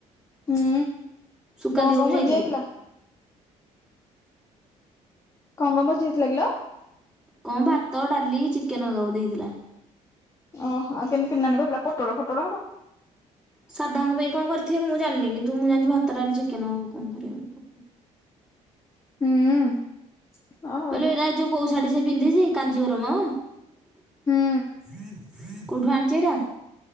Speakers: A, on the left (about 25°); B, in the centre.
A: ହୁଁ।
B: ସୁକାନ୍ତି
A: କଣ
B: ବାବୁ
A: କଣ
B: ବି
A: ଭୋଜି
B: ଯାଇଥିଲେ।
A: ହେଇଥିଲା କଣ କଣ ଭୋଜି ହେଇଥିଲା କିଲ?
B: କଣ ଭାତ, ଡାଲି, ଚିକେନ ବଧେ ହେଇଥିଲା।
A: ଅହ, ଆଉ କେମିତି ପିନ୍ ନାନୀ କହୁଥିଲା ପୋଟଳ ଫୋଟଳ ହବ।
B: ସାଧାଙ୍କ ପାଇଁ କଣ କରିଥିବେ ମୁଁ ଜାଣିନି। କିନ୍ତୁ ମୁଁ ଜାଣିଚି ଭାତ, ଡାଲି, ଚିକେନ ଆଉ କଣ କରିବେ।
A: ହୁଁ। ଅ ହଉ
B: ହଇଲୋ
A: ମ
B: ଏରା ଯୋଉ କୋଉ ଶାଢୀ ସେ ପିନ୍ଧିଚି? କାଞ୍ଜିବରମ।
A: ହୁଁ
B: କଉଠୁ ଆଣିଚି ଏଟା?